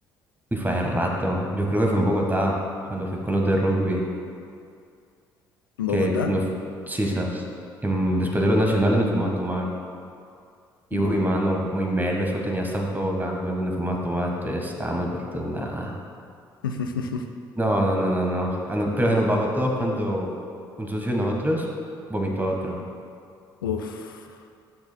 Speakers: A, on the right; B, on the left.
A: uy, fue hace rato. Yo creo que fue en Bogotá, cuando fui con los de rugby,
B: Bogotá?
A: que nos, sí, sabes, em, después de los nacionales nos fuimos a tomar.
B: No.
A: Y uy, mano, muy melo, eso tenía hasta un tobogán con donde fuimos a tomar, entonces estábamos vueltos nada.
B: <laughs>
A: No, no, no, no, no. Ah, no, Pero se nos bajó todo cuando un socio de nosotros vomitó a otro.
B: Uf,